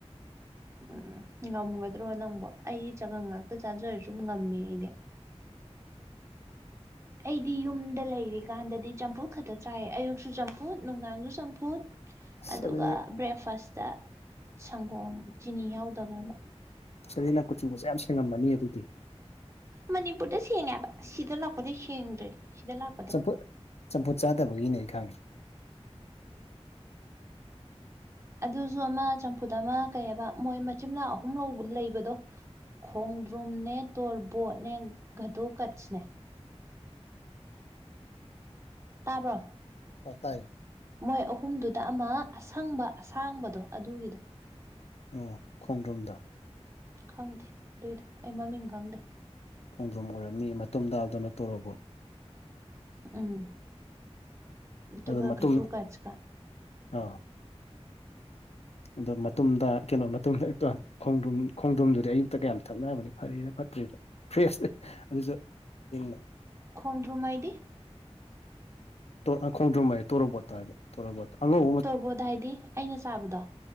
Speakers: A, on the right (about 25°); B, on the left (about 70°).
A: ꯎꯝ ꯉꯝꯒꯗ꯭ꯔꯣ ꯅꯪꯕꯣ ꯑꯩꯗꯤ ꯆꯒꯪ ꯉꯥꯛꯇ ꯆꯥꯖꯔꯁꯨ ꯉꯝꯃꯦ ꯑꯩꯗꯤ ꯑꯩꯗꯤ ꯌꯨꯝꯗ ꯂꯩꯔꯤꯀꯥꯟꯗꯗꯤ ꯆꯝꯐꯨꯠ ꯈꯛꯇ ꯆꯥꯏꯌꯦ ꯑꯌꯨꯛꯁꯨ ꯆꯝꯐꯨꯠ ꯅꯨꯡꯗꯥꯡꯁꯨ ꯆꯝꯐꯨꯠ
B: ꯑꯁ
A: ꯑꯗꯨꯒ
B: ꯑꯗꯨꯗꯤ
A: ꯕ꯭ꯔꯦꯛꯐꯥꯁꯇ ꯁꯪꯒꯣꯝ ꯆꯤꯅꯤ ꯌꯥꯎꯗꯕ ꯑꯃ
B: ꯑꯗꯨꯗꯤ ꯅꯪ ꯀꯨꯆꯨꯒꯁꯦ ꯌꯥꯝ ꯁꯦꯡꯉꯝꯃꯅꯤ ꯑꯗꯨꯗꯤ
A: ꯃꯅꯤꯄꯨꯔꯗ ꯁꯦꯡꯉꯦ ꯍꯥꯕ ꯁꯤꯗ ꯂꯥꯛꯄꯗꯩ ꯁꯦꯡꯗ꯭ꯔꯦ ꯁꯤꯗ ꯂꯥꯛ
B: ꯆꯝꯐꯨꯠ ꯆꯝꯐꯨꯠ ꯆꯥꯗꯕꯒꯤꯅꯦ ꯑꯩ ꯈꯪꯉꯦ
A: ꯑꯗꯨꯖꯨ ꯑꯃ ꯆꯝꯐꯨꯠ ꯑꯃ ꯀꯩ ꯍꯥꯏꯕ ꯃꯣꯏ ꯃꯆꯤꯟ ꯃꯅꯥꯎ ꯑꯍꯨꯝ ꯂꯧ ꯂꯩꯕꯗꯣ ꯈꯣꯡꯗ꯭ꯔꯨꯝꯅꯦ ꯇꯣꯔꯕꯣꯠꯅꯦ ꯘꯗꯣꯀꯠꯁꯅꯦ ꯇꯥꯕ꯭ꯔꯣ
B: ꯇ ꯇꯥꯏ
A: ꯃꯣꯏ ꯑꯍꯨꯝꯗꯨꯗ ꯑꯃ ꯑꯁꯪꯕ ꯑꯁꯥꯡꯕꯗꯣ ꯑꯗꯨꯒꯤꯗꯣ
B: ꯑꯣ ꯈꯣꯡꯗ꯭ꯔꯨꯝꯗꯣ
A: ꯈꯪꯗꯦ ꯑꯗꯨꯏꯗꯣ ꯑꯩ ꯃꯃꯤꯡ ꯈꯪꯗꯦ
B: ꯈꯣꯡꯗ꯭ꯔꯨꯝ ꯑꯣꯏꯔꯝꯅꯤ ꯃꯇꯨꯝ ꯇꯥꯕꯗꯨꯅ ꯇꯣꯔꯣꯕ‌ꯣꯠ
A: ꯎꯝ ꯑꯗꯨꯒ
B: ꯑꯗꯣ ꯃꯇꯨꯝ
A: ꯘꯗꯣꯀꯠꯁꯀ
B: ꯑꯥ ꯑꯗꯣ ꯃꯇꯨꯝ ꯇꯥ ꯀꯩꯅꯣ ꯃꯇꯨꯝ ꯍ‌ꯦꯛꯇ ꯈ‌ꯣꯡꯗ꯭ꯔꯨꯝ ꯈꯣꯡꯗ꯭ꯔꯨꯝꯗꯨꯗꯤ ꯑꯌꯨꯛꯇꯒ ꯌꯥꯝ ꯊꯛꯅꯕꯅ‌ꯦ ꯐꯔꯤꯔ ꯐꯠꯇ꯭ꯔꯤꯔ ꯐ꯭ꯔꯦꯁꯅ‌ꯦ ꯑꯗꯨꯁꯨ ꯍꯤꯡꯅ
A: ꯈꯣꯡꯗ꯭ꯔꯨꯝ ꯍꯥꯏꯗꯤ
B: ꯇ‌ꯣ ꯈꯣꯡꯗ꯭ꯔꯨꯝ ꯑꯌ‌ꯦ ꯇꯣꯔ‌ꯣꯕ‌ꯣꯠꯇ‌ꯣ ꯍꯥꯏꯕ ꯇ‌ꯣꯔ‌ꯣꯕ‌ꯣꯠ ꯑꯉꯧ
A: ꯇꯣꯔ‌ꯣꯕꯣꯠ ꯍꯥꯏꯗꯤ ꯑꯩꯅ ꯆꯥꯕꯗꯣ